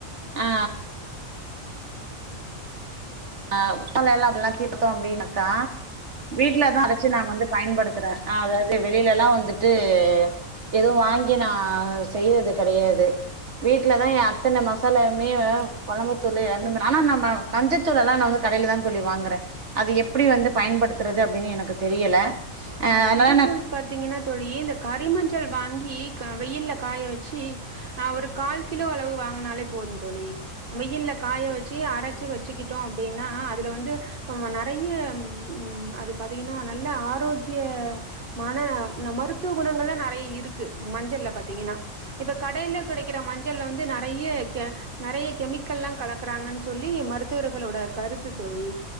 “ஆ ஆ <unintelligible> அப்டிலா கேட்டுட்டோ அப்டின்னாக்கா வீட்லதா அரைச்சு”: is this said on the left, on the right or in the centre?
Right